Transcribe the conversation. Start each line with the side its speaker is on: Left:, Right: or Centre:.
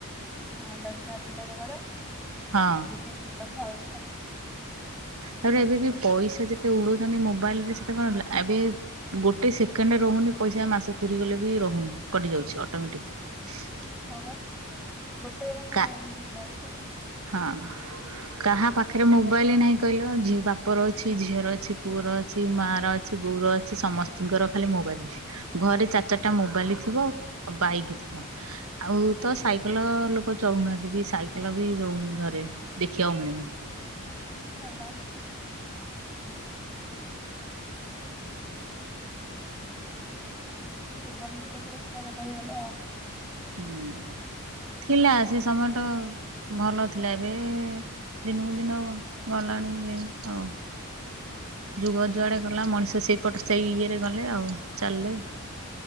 Centre: ହଁ ଦଶଟା ରିଚାର୍ଜ କର
Right: ହଁ
Centre: ଆ ଦିତିନ ଦିନ କଥା ହ <unintelligible>
Right: ତାପରେ ଏବେ ବି ପଇସା ଯେତେ ଉଡୋଉଚନ୍ତି ମୋବାଇଲରେ ସେତେ କଣ ଏବେ ଗୋଟେ ସେକେଣ୍ଡର ରହୁନି ପଇସା ମାସ ପୁରିଗଲେ ବି ରହୁନି କଟି ଯାଉଚି ଅଟୋମେଟିକ।
Centre: ହଁପା ଗୋଟେ ମାନେ
Right: କା
Centre: ଦିନରେ ସେ କାମ।
Right: ହଁ କାହା ପାଖରେ ମୁଁ ମୋବାଇଲି ନାହିଁ କହିଲ ଝି ବାପର ଅଛି, ଝିଅର ଅଛି, ପୁଅର ଅଛି, ମାଆର ଅଛି, ବୋଉର ଅଛି, ସମସ୍ ଙ୍କର ଖାଲି ମୋବାଇଲି ଘରେ ଚାରିଚାରିଟା ମୋବାଇଲ ଥିବ ଆଉ ବାଇକ୍ ଥିବ। ଆଉ ତ ସାଇକେଲ ଲୋକ ଚଳୁନାହାନ୍ତି ବି ସାଇକେଲ ବି ରହୁନି ଘରେ ଦେଖିବାକୁ ମିଳୁନି।
Centre: ହଁପା। ଜୀବନ ବି ଦେଖୁନ ପୁରା ବଦଳି ଗଲା।
Right: ହୁଁ ଥିଲା ସେ ସମୟ ଟ ଭଲଥିଲା ଏବେ ଦିନକୁ ଦିନ ଗଲାଣି ଏଇ ଆଉ। ଯୁଗ ଯୁଆଡେ ଗଲା ମଣିଷ ସେଇପଟ ସେଇ ଇଏରେ ଗଲେ ଆଉ ଚାଲିଲେ।